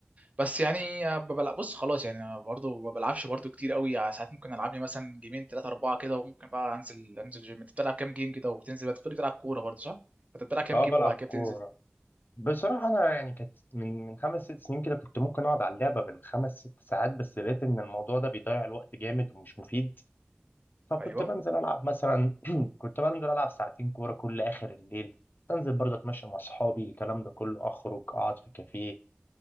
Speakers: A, on the right (about 35°); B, on the left (about 50°).
A: بس يعني آه، ببلع بص خلاص يعني انا برضه ما بلعبش برضه كتير قوي يعني ساعات ممكن العب لي مثلا جيمين ثلاثة أربعة كده وممكن بقى انزل انزل جيم انت بتلعب كام جيم كده وبتنزل بقى بتقولي بتلعب كورة برضه صح؟ انت بتلعب كام
B: أه
A: جيم
B: بلعب
A: وبعد كده بتنزل
B: كورة بصراحة أنا يعني كانت من من خمس ست سنين كده كنت ممكن أقعد على اللعبة بالخمس ست ساعات بس لقيت إن الموضوع ده بيضيع الوقت جامد ومش مفيد فكنت
A: ايوه
B: بنزل ألعب مثلا <clears throat> كنت بنزل ألعب ساعتين كورة كل آخر الليل أنزل برضه أتمشى مع أصحابي الكلام ده كله أخرج أقعد في كافيه